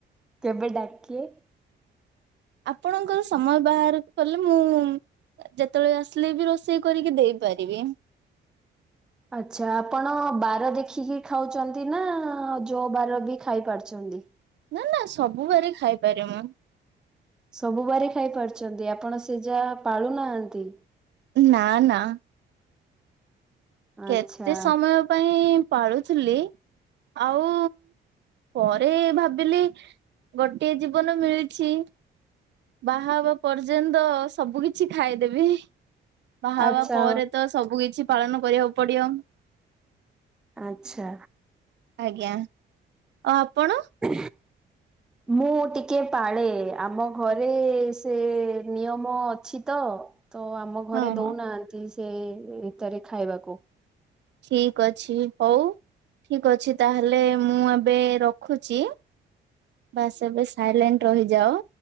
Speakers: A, in the centre; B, on the right (about 60°).
A: କେବେ ଡାକେ।
B: ଆପଣଙ୍କର ସମୟ ବାହାରକଲେ ମୁଁ ଯେତ୍ ତେବେଳେ ଆସିଲେ ବି ରୋଷେଇ କରିକି ଦେଇପାରିବି।
A: ଆଛା ଆପଣ ବାର ଦେଖିକି ଖାଉଚନ୍ତି ନା, ଯୋ ବାର ବି ଖାଇ ପାରୁଚନ୍ତି?
B: ନା ନା ସବୁ ବାରେ ଖାଇପାରେ ମୁଁ।
A: ସବୁ ବାର ଖାଇ ପାରୁଚନ୍ତି। ଆପଣ ସେ ଯାହା ପାଳୁନାହାନ୍ତି?
B: ନା ନା। କେତେ
A: ଆଚ୍ଛା
B: ସମୟ ପାଇଁ ପାଳୁଥିଲି। ଆଉ ପରେ ଭାବିଲି ଗୋଟିଏ ଜୀବନ ମିଳିଛି। ବାହା ହେବା ପର୍ଯ୍ୟନ୍ତ ସବୁ କିଛି ଖାଇଦେବି। ବାହା
A: ଆଚ୍ଛା
B: ହେବା ପରେ ତ ସବୁ କିଛି ପାଳନ କରିବାକୁ ପଡିବ।
A: ଆଚ୍ଛା।
B: ଆଜ୍ଞା। ଆଉ ଆପଣ?
A: <unintelligible> ମୁଁ ଟିକେ ପାଳେ। ଆମ ଘରେ ସେ ନିୟମ ଅଛି ତ। ତ ଆମ ଘରେ
B: ହଁ
A: ଦଉନାହାନ୍ତି
B: ହଁ।
A: ସେ ଭିତରେ ଖାଇବାକୁ।
B: ଠିକ ଅଛି ହଉ। ଠିକ୍ ଅଛି ତାହେଲେ ମୁଁ ଏବେ ରଖୁଚି। ବାସ୍ ଏବେ ସାଇଲେଣ୍ଟ ରହିଯାଅ।